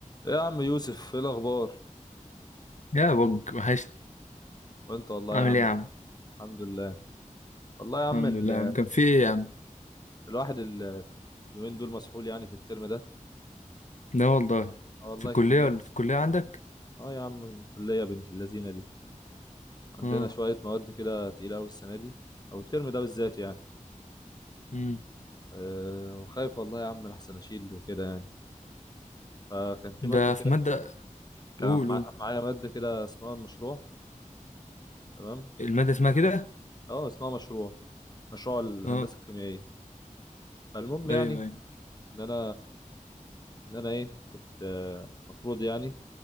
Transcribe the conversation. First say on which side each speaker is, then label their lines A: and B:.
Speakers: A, on the left; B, on the left.
A: إيه يا عم يوسف ايه الاخبار
B: يا بج وحشت
A: وانت والله
B: عامل
A: يا عم
B: ايه يا عم
A: الحمد لله والله يا عم
B: الحمد
A: ال...
B: لله يا عم كان في ايه يا عم
A: الواحد ال- اليومين دول مسحول يعني في الترم ده
B: لا والله
A: آه والله
B: في الكلية
A: كمية
B: ولا في الكلية عندك
A: اه يا عم الكلية بنت اللذينة دي عندنا
B: اه
A: شوية مواد كده تقيلة أوي السنة دي أو الترم ده بالذات يعني
B: امم
A: أه وخايف والله يا عم لحسن أشيل وكده يعني فكان في
B: ده
A: مادة
B: في
A: كده
B: مادة
A: كان
B: قول
A: مع...
B: قول
A: معايا مادة كده اسمها المشروع تمام
B: المادة اسمها كده
A: اه اسمها مشروع مشروع الهندسة
B: اه
A: الكيميائية فالمهم يعني
B: ايوه ايوه
A: إن أنا ان انا ايه كنت آه، مفروض يعني